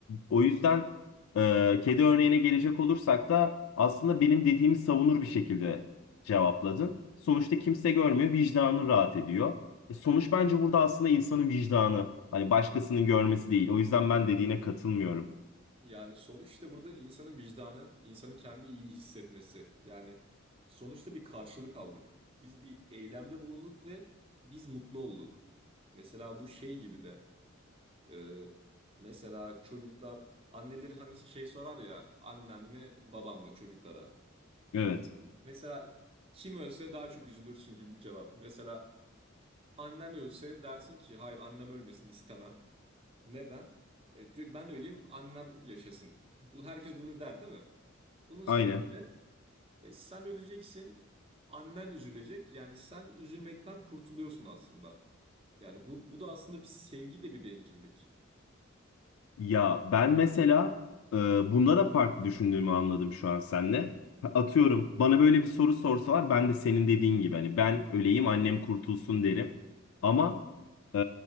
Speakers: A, on the left; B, on the right.
A: O yüzden e, kedi örneğine gelecek olursak da aslında benim dediğimi savunur bir şekilde cevapladın. Sonuçta kimse görmüyor, vicdanı rahat ediyor. E, sonuç bence burada aslında insanın vicdanı. Hani başkasının görmesi değil. O yüzden ben dediğine katılmıyorum.
B: Yani sonuçta burada insanın vicdanı, insanın kendi iyi hissetmesi. Yani sonuçta bir karşılık aldık. Biz bir eylemde bulunduk ve biz mutlu olduk. Mesela bu şey gibi de e, mesela çocuklar anneleri hani şey sorar ya annen mi babam mı çocuklara.
A: Evet,
B: Mesela kim ölse daha çok üzülürsün gibi bir cevap. Mesela annen ölse dersin ki hayır annem ölmesin istemem. Neden? E, çünkü ben öleyim annem yaşasın. Bu, herkes bunu der değil mi? Bunun sebebi
A: aynen.
B: de e, sen öleceksin annen üzülecek. Yani sen üzülmekten kurtuluyorsun aslında. Yani bu, bu da aslında bir sevgi de bir bencillik.
A: Ya ben mesela e, bunda da farklı düşündüğümü anladım şu an seninle. Atıyorum bana böyle bir soru sorsalar ben de senin dediğin gibi hani ben öleyim annem kurtulsun derim. Ama e,